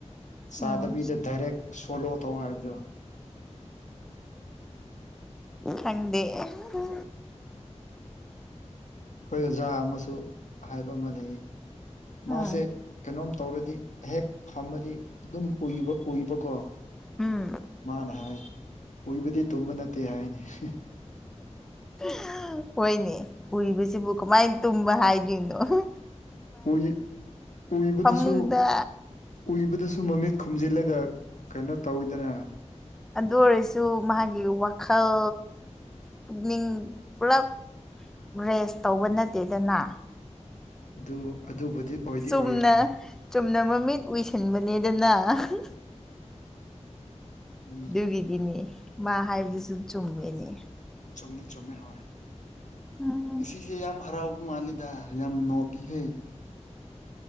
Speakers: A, on the left; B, in the centre.
A: ꯆꯥꯗꯕꯤꯗ
B: ꯎꯝ
A: ꯗꯥꯢꯔꯦꯛ ꯁꯣꯂꯣ ꯇꯧ ꯍꯥꯏꯕꯗꯨ
B: ꯈꯪꯗꯦ ꯑꯍꯥꯍꯥ
A: ꯑꯩꯈꯣꯏ ꯑꯣꯖꯥ ꯑꯃꯁꯨ ꯍꯥꯏꯕ ꯑꯃ ꯂꯩꯌꯦ
B: ꯎꯝ
A: ꯃꯥꯁꯦ ꯀꯩꯅꯣꯝ ꯇꯧꯔꯗꯤ ꯍꯦꯛ ꯐꯝꯃꯗꯤ ꯑꯗꯨꯝ ꯎꯏꯕ ꯎꯏꯕꯀꯣ
B: ꯎꯝ
A: ꯃꯥꯅ ꯍꯥꯏ ꯎꯏꯕꯗꯤ ꯇꯨꯝꯕ ꯅꯠꯇꯦ ꯍꯥꯏꯌꯦꯅꯤ ꯍꯦꯍꯦ
B: ꯍꯥ ꯍꯣꯏꯅꯦ ꯎꯢꯕꯁꯤꯕꯨ ꯀꯃꯥꯏ ꯇꯨꯝꯕ ꯍꯥꯏꯗ꯭ꯣꯏꯅꯣ ꯑꯍꯥ
A: ꯎꯏ ꯎꯏꯕꯗꯨꯁꯨ
B: ꯐꯃꯨꯡꯗ
A: ꯎꯏꯕꯗꯨꯁꯨ ꯁꯨꯨꯝ ꯃꯃꯤꯠ ꯈꯨꯝꯖꯤꯜꯂꯒ ꯀꯩꯅꯣ ꯇꯧꯋꯤꯗꯅ
B: ꯑꯗꯨ ꯑꯣꯏꯔꯁꯨ ꯃꯥꯒꯤ ꯋꯥꯈꯜ ꯄꯨꯛꯅꯤꯡ ꯄꯨꯂꯞ ꯔꯦꯁ ꯇꯧꯕ ꯅꯠꯇꯦꯗꯅ
A: ꯑꯗꯨ ꯑꯗꯨꯕꯨꯗꯤ ꯑꯣꯏꯗꯤ
B: ꯆꯨꯝꯅ
A: ꯑꯣꯏꯌꯦ ꯍꯣꯏ
B: ꯆꯨꯝꯅ ꯃꯃꯤꯠ ꯎꯏꯁꯤꯟꯕꯅꯦꯗꯅ ꯑꯍꯥꯍꯥ
A: ꯎꯝ
B: ꯑꯗꯨꯒꯤꯒꯤꯅꯦ ꯃꯥ ꯍꯥꯏꯕꯗꯨꯁꯨ ꯆꯨꯝꯃꯦꯅꯦ
A: ꯆꯨꯝꯗꯤ ꯆꯨꯝꯃꯦ ꯍꯣꯏ
B: ꯎꯝ
A: ꯉꯁꯤꯁꯦ ꯌꯥꯝ ꯍꯔꯥꯎꯕ ꯃꯥꯜꯂꯤꯗ ꯌꯥꯝ ꯌꯥꯝ ꯅꯣꯛꯢꯍꯦ